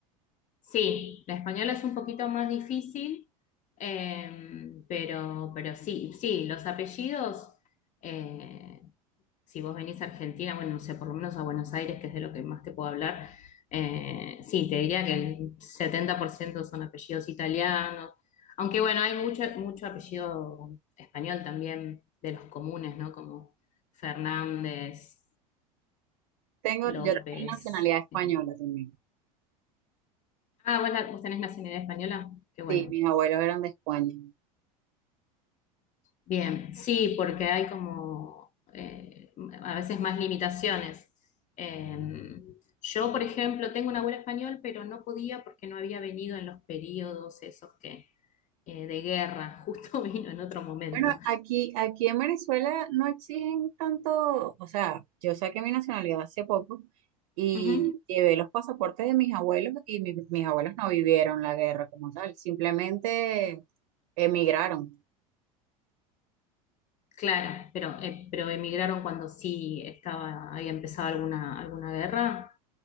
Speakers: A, on the left; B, on the right.
A: Sí, la española es un poquito más difícil, em, pero, pero sí, sí, los apellidos, eh, si vos venís a Argentina, bueno, no sé, por lo menos a Buenos Aires, que es de lo que más te puedo hablar, eh, sí, te diría que el 70% son apellidos italianos, aunque bueno, hay mucho, mucho apellido español también de los comunes, ¿no? Como Fernández,
B: Tengo,
A: López.
B: yo tengo nacionalidad española
A: eh.
B: también.
A: Ah, ¿vos, la- vos tenés nacionalidad española? Qué bueno.
B: Sí, mis abuelos eran de España.
A: Bien, sí, porque hay como eh, a veces más limitaciones. Eh, yo, por ejemplo, tengo una abuela español, pero no podía porque no había venido en los periodos esos que eh, de guerra, <laughs> justo vino en otro momento.
B: Bueno, aquí, aquí en Venezuela no exigen tanto, o sea, yo saqué mi nacionalidad hace poco y
A: Ujú,
B: llevé los pasaportes de mis abuelos y mi- mis abuelos no vivieron la guerra como tal, simplemente emigraron.
A: claro, pero, eh, pero emigraron cuando sí estaba, había empezado alguna, alguna guerra,